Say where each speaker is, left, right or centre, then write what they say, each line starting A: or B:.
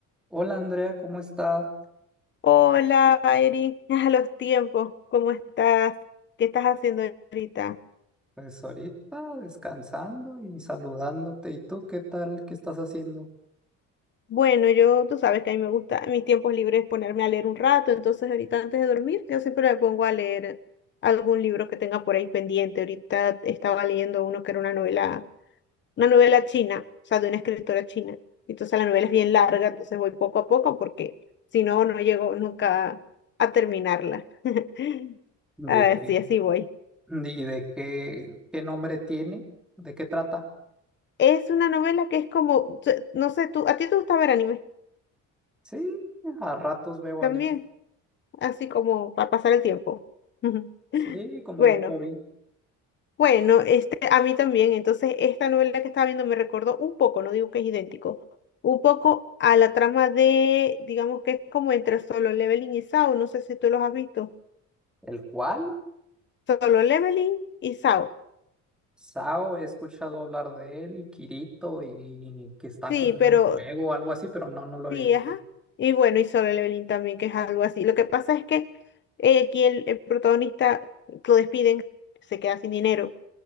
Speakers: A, in the centre; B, on the left.
A: Hola Andrea, ¿cómo estás?
B: Hola, Eric, <laughs> a los tiempos, ¿cómo estás? ¿Qué estás haciendo ahorita?
A: Pues ahorita descansando y saludándote. ¿Y tú qué tal? ¿Qué estás haciendo?
B: Bueno, yo, tú sabes que a mí me gusta, en mis tiempos libres ponerme a leer un rato, entonces ahorita antes de dormir, yo siempre me pongo a leer algún libro que tenga por ahí pendiente. Ahorita estaba leyendo uno que era una novela, una novela china, o sea, de una escritora china. Entonces la novela es bien larga, entonces voy poco a poco porque si no, no llego nunca a terminarla. <laughs>
A: ¿De
B: A ver,
A: qué?
B: sí, así voy.
A: ¿Y de qué, qué nombre tiene? ¿De qué trata?
B: Es una novela que es como, se- no sé, tú, a ti te gusta ver anime
A: Sí, a ratos veo
B: también,
A: anime.
B: así como para pasar el tiempo. <laughs>
A: Sí, como
B: Bueno,
A: un hobby.
B: bueno, este, a mí también. Entonces, esta novela que estaba viendo me recordó un poco, no digo que es idéntico, un poco a la trama de, digamos que es como entre Solo Leveling y SAO. No sé si tú los has visto.
A: ¿El cual?
B: Solo Leveling y SAO.
A: Sao, he escuchado hablar de él, Kirito, y que están
B: Sí,
A: como en
B: pero
A: un juego o algo así, pero no, no lo
B: Sí,
A: he visto.
B: ajá. Y bueno, y Solo Leveling también, que es algo así. Lo que pasa es que eh, aquí el, el protagonista lo despiden, se queda sin dinero